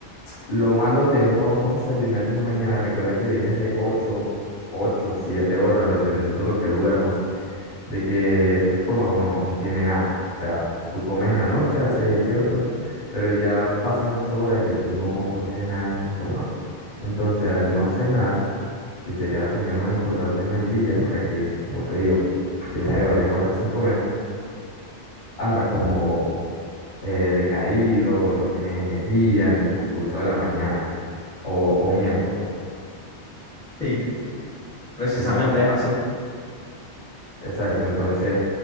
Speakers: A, on the left; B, in the centre.
A: Lo malo de no desayunar en la mañana, recuerda que vienes de 8 8 7 horas, dependiendo lo que duermas, de que tu estómago no, no tiene nada. O sea, tú comes en la noche, haces digestión, tu, tu, pero ya pasan 8 horas de que tú no, no tienes nada en tu estómago. Entonces, al no cenar, que sería la comida más importante en el día, ya que, como te digo, viene de varias horas sin comer, andas como eh, decaído, no tienes energía en el transcurso de la mañana. O, o miento,
B: Sí, precisamente
A: Entonces,
B: es así.
A: exacto, entonces